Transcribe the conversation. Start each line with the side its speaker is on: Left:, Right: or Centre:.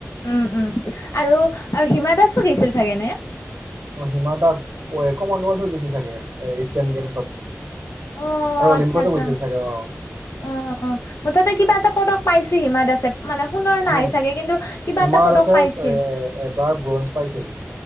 Left: উম, উম, আৰু আৰু হিমা দাসো গেইছিল চাগে নে?
Right: অ' হিমা দাস অ' এক মনোল হৈ গৈছে চাগে এছিয়ান গেমছত।
Left: অ'
Right: আৰু অলিম্পিকতো
Left: আচ্ছা, আচ্ছা।
Right: গৈছিল চাগে অ
Left: অ' অ' মুঠতে কিবা এটা পদক পাইছে হিমা দাসে। মানে সোণৰ নাই
Right: উম
Left: চাগে কিন্তু কিবা
Right: হিমা
Left: এটা পদক
Right: দাসে
Left: পাইছিল।
Right: এ এবাৰ ব্ৰঞ্জ পাইছিল